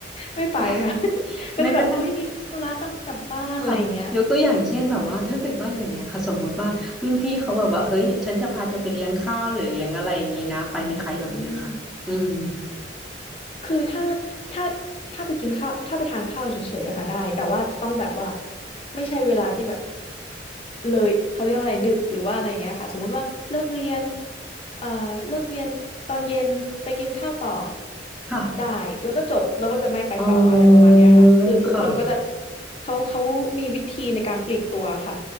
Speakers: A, on the left; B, in the centre.
A: ไม่ไปค่ะ
B: <laughs>
A: <laughs> ก็จะแบบเอ้ยมีธุระต้องกลับบ้านอะไรอย่างเงี้ย
B: แม้กระทั่ง ค่ะยกตัวอย่างเช่นแบบว่าถ้าเกิดว่าอย่างเงี้ยค่ะสมมุติว่ารุ่นพี่เขาแบบว่าเฮ้ยฉันจะพาเธอไปเลี้ยงข้าวหรือเลี้ยงอะไรอย่างงี้นะไปไหมคะแบบเนี้ยค่ะอืม
A: อืมอ่า คือถ้าถ้าถ้าไปกินข้าวถ้าไปทานข้าวเฉยๆอะค่ะได้แต่ว่าต้องแบบว่าไม่ใช่เวลาที่แบบเลยเขาเรียกว่าอะไรดึกหรือว่าอะไรเงี้ยค่ะสมมุติว่าเลิกเรียนเอ่อเลิกเรียนตอนเย็นไปกินข้าวต่อ
B: ค่ะ
A: ได้แล้วก็จบแล้วก็จะไม่ไปต่ออะไรประมาณเนี้ยค่ะคือทุกคนก็จะ
B: อ๋อค่ะ
A: เขาเขามีวิธีในการปลีกตัวค่ะ